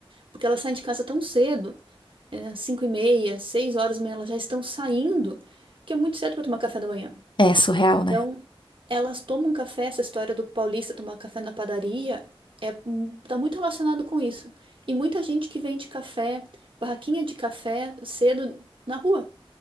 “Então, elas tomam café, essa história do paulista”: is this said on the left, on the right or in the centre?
Right